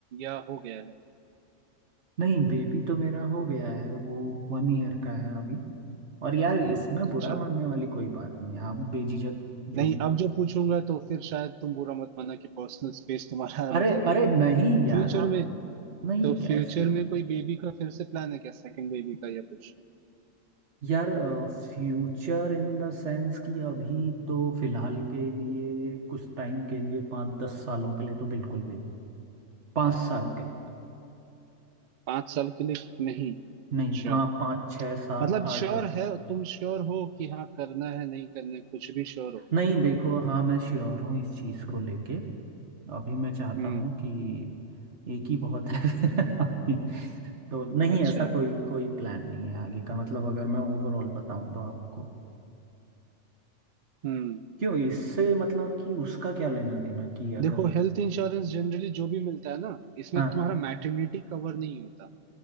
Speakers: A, on the right; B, on the right.
A: या हो गया है
B: नहीं बेबी तो मेरा हो गया है वो वन ईयर का है अभी और यार इसमें बुरा
A: अच्छा
B: मानने वाली कोई बात नहीं है आप बेझिझक जो
A: नहीं
B: भी
A: अब जो पूछूंगा तो फिर शायद तुम बुरा मत मानना कि पर्सनल स्पेस तुम्हारा <laughs>
B: अरे
A: मतलब ये
B: अरे
A: हो रहा
B: नहीं
A: हूँ
B: यार
A: फ्यूचर
B: आप
A: में
B: नहीं
A: तो
B: कैसी
A: फ्यूचर में कोई बेबी का फिर से प्लान है क्या सेकंड बेबी का या कुछ
B: यार फ्यूचर इन द सेंस कि अभी तो फिलहाल के लिए कुछ टाइम के लिए पाँच दस सालों के लिए तो बिल्कुल भी नहीं पाँच साल के लिए तो
A: पांच साल के लिए नहीं
B: नहीं
A: अच्छा
B: पा, पाँच छः सात
A: मतलब
B: आठ
A: श्योर है तुम श्योर हो कि हाँ करना है नहीं करना है कुछ भी श्योर हो
B: नहीं देखो हाँ मैं श्योर हूँ इस चीज़ को लेके अभी मैं चाहता
A: हम्म
B: हूँ कि एक ही बहुत है <laughs> तो नहीं
A: अच्छा
B: ऐसा कोई कोई प्लान नहीं है आगे का मतलब अगर मैं ओवरऑल बताऊं तो आपको
A: हम्म
B: क्यों इससे मतलब कि उसका क्या लेना देना कि
A: देखो
B: अगर
A: हेल्थ इंश्योरेंस जनरली जो भी मिलता है ना इसमें
B: हाँ
A: तुम्हारा मैटरनिटी कवर नहीं होता